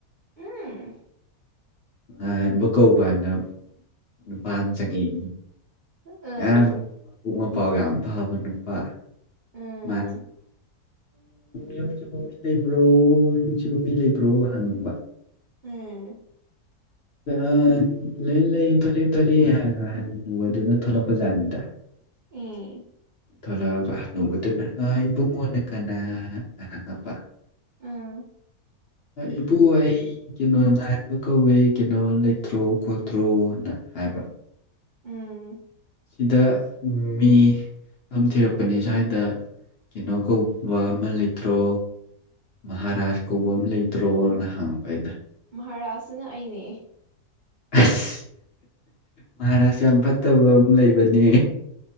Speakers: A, on the right; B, on the left.
A: ꯎꯝ
B: ꯉꯟꯥꯟꯕ ꯀꯧꯕꯅ ꯅꯨꯄꯥ ꯑꯃ ꯆꯪꯉꯤꯅꯤ
A: ꯑ
B: ꯌꯥꯝ ꯃꯄꯣꯛ ꯃꯄꯥꯎ ꯌꯥꯝ ꯐꯕ ꯅꯨꯄꯥ
A: ꯎꯝ
B: ꯃꯥꯁꯤ ꯌꯨꯝꯁꯤꯕꯨ ꯃꯤ ꯂꯩꯕ꯭ꯔꯣ ꯌꯨꯝꯁꯤꯕꯨ ꯃꯤ ꯂꯩꯕ꯭ꯔꯣ ꯍꯪꯕ
A: ꯎꯝ
B: ꯑ ꯂꯣꯏ ꯂꯩꯑ ꯊ ꯊꯣꯛꯂꯛꯑꯦ ꯊ ꯊꯣꯛꯂꯛꯑꯦ ꯍꯕꯗꯨꯅ ꯊꯣꯛꯂꯛꯄꯖꯥꯠꯅꯤꯗ
A: ꯎꯝ
B: ꯊꯂ ꯀ ꯅꯧꯕꯇꯅ ꯏꯕꯨꯡꯉꯣꯅ ꯀꯅꯥꯅ ꯍꯪꯉꯛꯄ
A: ꯎꯝ
B: ꯏ ꯄꯣ ꯑꯩ ꯀꯩꯅꯣ ꯉꯥꯏꯕ ꯀꯧꯋꯦ ꯀꯩꯅꯣ ꯂꯩꯇ꯭ꯔꯣ ꯈꯣꯠꯇ꯭ꯔꯣꯅ ꯍꯥꯏꯕ
A: ꯎꯝ
B: ꯁꯤꯗ ꯃꯤ ꯌꯥꯝꯊꯤꯔꯛꯄꯅꯤ ꯁ꯭ꯋꯥꯏꯗ ꯀꯩꯅꯣ ꯀꯧꯕ ꯑꯃ ꯂꯩꯇ꯭ꯔꯣ ꯃꯍꯥꯔꯥꯖ ꯀꯧꯕ ꯑꯃ ꯂꯩꯇ꯭ꯔꯣꯅ ꯍꯥꯡꯉꯛꯕ ꯑꯩꯅ
A: ꯃꯍꯥꯔꯥꯥꯁꯁꯤꯅ ꯑꯩꯅꯦ
B: ꯑꯁ ꯃꯍꯥꯔꯥꯥꯁ ꯌꯥꯝ ꯐꯠꯇꯕ ꯑꯃ ꯂꯩꯕꯅꯦ